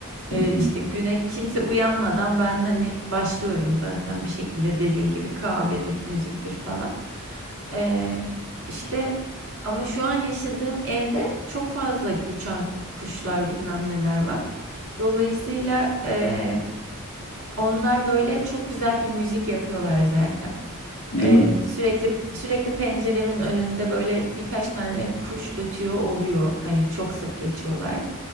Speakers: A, on the left; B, on the right.
A: <laughs>
B: Ee, işte güne kimse uyanmadan ben hani başlıyorum zaten bir şekilde dediğin gibi kahvedir, müziktir falan. Ee, işte ama şu an yaşadığım evde çok fazla uçan kuşlar bilmem neler var. Dolayısıyla e, onlar böyle çok güzel bir müzik yapıyorlar zaten.
A: Değil
B: Ee,
A: mi?
B: sürekli sürekli penceremin önünde böyle birkaç tane kuş ötüyor oluyor. Hani çok sık geçiyorlar.